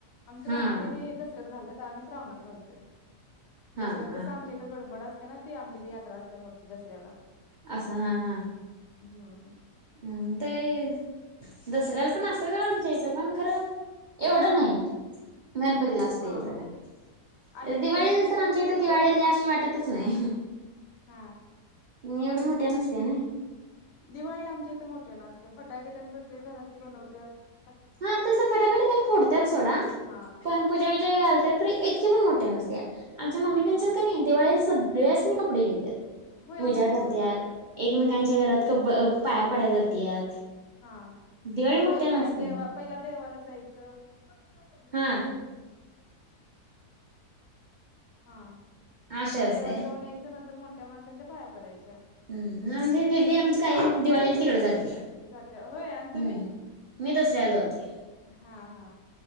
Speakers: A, on the left; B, on the right.
A: आमचे
B: हा
A: मामा त्याने दसऱ्यात घालत्यातऽ महश्रवणात घालतोय
B: हा
A: दसऱ्यात
B: हा
A: कस आमच्या इथ गडबड ना ती आमची इथे यात्रा असत्या मोठी दसऱ्याला.
B: असं,, हा, हा,
A: हम्,
B: ह्हा तेऽऽ दसऱ्याला पण असतयच आमच्या इथं, पण खरं एवढं नाहीऽ गणपतीला आस्तय
A: हा
B: एवढऽऽ
A: हा आणि
B: दिवाळीला
A: ते तुमचे
B: तर, आमच्या
A: ते
B: इथं दिवाळी
A: दौड
B: आल्या अस वाटतच नाहीऽऽ
A: हा,
B: निवड मोठ्या न नसत्या नैऽऽ
A: दिवाळी आमच्या इथं मोठ्यानं असत्या,, फटाकेे तन प्रत्येक घरात बनवतातऽऽ
B: हां तसं फटाकड्या पण फोडतात सोडा,,
A: हा
B: पण पूजा विजा घालतात इतकीे पण मोऽऽ नसत्या,, आमच्या मम्मी त्यांच्यात
A: हा
B: का नाही दिवाळीत सगळेच ना कपडे घे्त्यातऽऽ
A: होय
B: पूजा
A: आमच्या इथं
B: करत्यात,,
A: पण सगळ्यासनी
B: एकमेकांच्या घरात क पाया पडाय जातऽऽ त,
A: हा
B: दिवाळी
A: होय
B: मोठत्या
A: पाया
B: नतऽऽ
A: देवा, पहिला देवाला जायचंऽऽ
B: हा
A: हा,
B: अशा असते
A: देवाला जाऊन यायचं नंतर मोठ्या माणसांच्या पाया पडायचं.
B: हम्,, आमची दिदी आमची काय
A: पाच
B: दिवाळीला तिकड जात्या.
A: जात्या होय आणि तुम्ही
B: हम्म,, मी रस्त्याला जातोय.
A: हा हा